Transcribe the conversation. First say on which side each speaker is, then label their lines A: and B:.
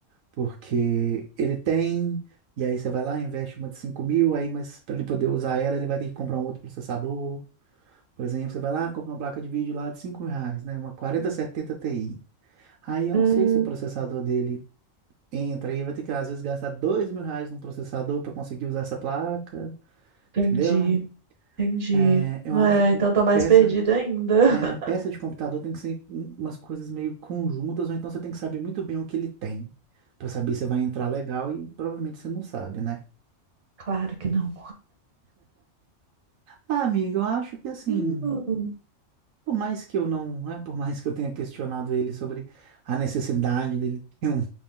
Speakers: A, on the right (about 85°); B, on the right (about 65°).
A: porque ele tem, e aí você vai lá, investe uma de 5 mil, aí, mas para ele poder usar ela, ele vai ter que comprar um outro processador. Por exemplo, você vai lá, compra uma placa de vídeo lá de cinco mil reais, né? Uma 4070 Ti. Aí eu
B: Hum,
A: não sei se o processador dele entra aí, vai ter que às vezes gastar 2 mil reais num processador para conseguir usar essa placa,
B: entendi,
A: entendeu?
B: entendi.
A: É, eu
B: É,
A: acho que
B: então tô mais
A: peça,
B: perdida ainda.
A: é,
B: <laughs>
A: peça de computador tem que ser umas coisas meio conjuntas, ou então você tem que saber muito bem o que ele tem, para saber se vai entrar legal e provavelmente você não sabe, né?
B: Claro que não.
A: Ah, amiga, eu acho que assim,
B: Hum,
A: por mais que eu não, né, por mais que eu tenha questionado ele sobre a necessidade dele ter um,